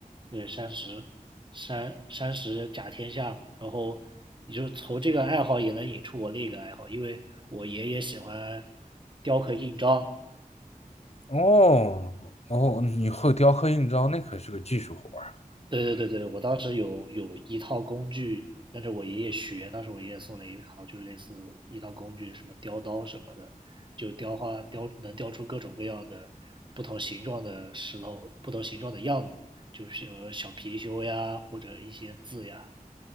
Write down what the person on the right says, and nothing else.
对，山石，山山石甲天下，然后你就从这个爱好也能引出我另一个爱好，因为我爷爷喜欢雕刻印章。
对对对对，我当时有有一套工具跟着我爷爷学，当时我爷爷送了一套，就是类似一套工具，什么雕刀什么的，就雕花雕能雕出各种各样的不同形状的石头，不同形状的样子，就是有小貔貅呀，或者一些字呀，